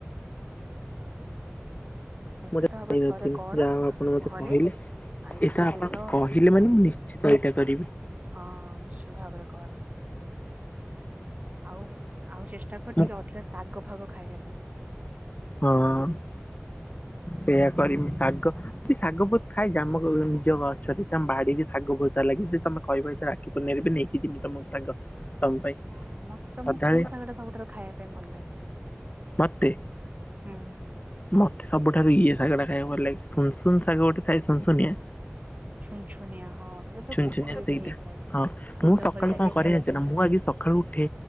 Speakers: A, on the right (about 35°); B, on the left (about 35°).
A: ନିଶ୍ଚିତ
B: ମୁଁ ଏଟା
A: ଭାବରେ
B: ଜାଣି ନଥିଲି
A: ଥରେ କର
B: ଯାହା ହଉ ଆପଣ ମତେ
A: ଘରେ
B: କହିଲେ
A: ଏତେ
B: ଏଟା
A: ତେଲ
B: ଆପଣ କହିଲେ ମାନେ ମୁଁ ନିଶ୍ଚିତ ଏଇଟା କରିବି
A: ହଁ ନିଶ୍ଚିନ୍ତ ଭାବରେ କର ଆଉ ଆଉ ଚେଷ୍ଟା କର
B: ମୁଁ
A: ଟିକେ ଅଧିକ ଶାଗ ଫାଗ ଖାଇବା ପାଇଁ
B: ହଁ ହଁ ସେୟା କରିମି ଶାଗ ମୁଁ ଶାଗ ବହୁତ ଖାଏ ଯେ ଆମ ନିଜ ଗଛରେ ବାଡିରେ ଶାଗ ବୋହୁତ ଲାଗିଚି ତମେ କହିବ ଆଣ ଗଲାବେଳେ ନେଇକି ଯିବି ତମ ଶାଗ ତମ ପାଇଁ
A: ହଁ ମତେ ତମକୁ
B: ସଦାବେଳେ
A: କୋଉ ଶାଗ ଟା ସବୁଠାରୁ ଖାଇବା ପାଇଁ ଭଲ ଲାଗେ
B: ମତେ
A: ହୁଁ।
B: ମତେ ସବୁଠାରୁ ଇଏ ଶାଗ ଟା ଖାଇବା ଭଲ ଲାଗେ ସୁନସୁନ ଶାଗ ଗୋଟେ ଥାଏ ସୁନୁସୁନିଆ
A: ଛୁନଛୁନିଆ ହଁ ସେଟା ସବୁ
B: ଛୁନୁ
A: ପୋଖରୀରେ
B: ଛୁନିଆ ସେଇଟା
A: ହେଇଥାଏ।
B: ହଁ
A: ଫୁଲ
B: ମୁଁ ସକାଳୁ
A: ଭଳିଆ
B: କଣ
A: ହେଇଥାଏ
B: କରେ ଯାଣିଚ ନା ମୁଁ ଆଗେ ସକାଳୁ ଉଠେ